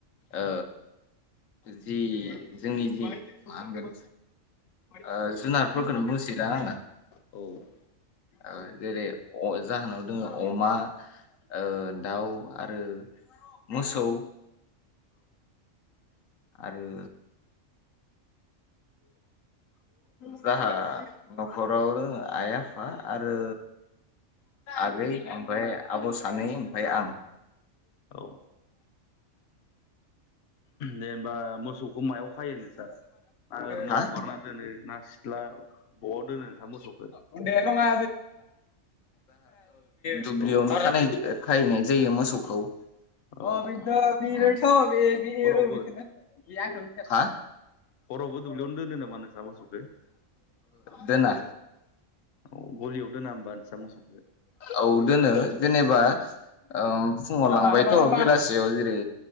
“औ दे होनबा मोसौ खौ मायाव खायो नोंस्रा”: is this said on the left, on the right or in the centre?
Left